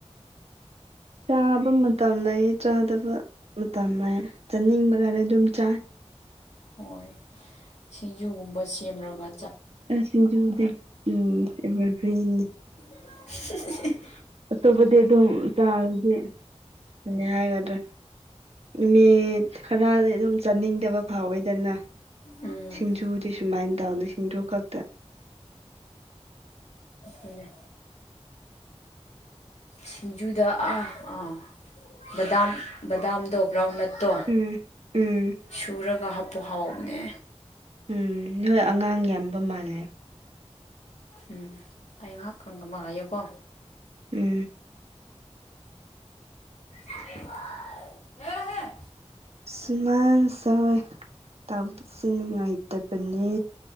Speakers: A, on the right; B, on the left.
A: ꯆꯥꯕ ꯃꯇꯝ ꯂꯩꯌꯦ ꯆꯥꯗꯕ ꯃꯇꯝ ꯂꯩ ꯆꯥꯅꯤꯡꯕ ꯀꯥꯟꯗ ꯑꯗꯨꯝ ꯆꯥꯏ
B: ꯍꯣꯏ ꯁꯤꯡꯖꯨꯒꯨꯝꯕ ꯁꯦꯝꯂꯒ
A: ꯑꯁꯤꯡꯖ ꯎꯝ ꯑꯦꯕꯔꯒꯔꯤ
B: <inaudible>
A: ꯑꯇꯣꯞꯄꯗꯤ ꯑꯗꯨꯝ ꯆꯥꯔꯗꯤ ꯌꯥꯒꯗ꯭ꯔꯦ ꯃꯤꯠ ꯈꯔꯗꯤ ꯑꯗꯨꯝ ꯆꯥꯅꯤꯡꯗꯕ ꯐꯥꯎꯋꯦꯗꯅ
B: ꯎꯝ
A: ꯁꯤꯡꯖꯨꯗꯤ ꯁꯨꯃꯥꯏꯅ ꯇꯧꯅ ꯁꯤꯡꯖꯨ ꯈꯛꯇ
B: ꯑ ꯁꯤꯡꯖꯨꯗ ꯑꯥ ꯑꯥ ꯕꯗꯥꯝ ꯕꯗꯥꯝꯗꯣ ꯕ꯭ꯔꯥꯎꯟꯅꯠ ꯇꯣ
A: ꯎꯝ ꯎꯝ
B: ꯁꯨꯔꯒ ꯍꯥꯞꯄꯨ ꯍꯥꯎꯕꯅꯦ
A: ꯎꯝ ꯅꯣꯏ ꯑꯉꯥꯡ ꯌꯥꯝꯕ ꯃꯥꯜꯂꯦ
B: ꯎꯝ ꯑꯩ ꯉꯥꯏꯍꯥꯛꯀꯪꯒ ꯃꯉꯥꯏꯌꯨꯀꯣ
A: ꯎꯝ
B: ꯍꯦ ꯍ
A: ꯁꯨꯃꯥꯡ ꯁꯣꯏ ꯇꯁꯤ ꯅꯨꯡꯉꯥꯏꯇꯕꯅꯦ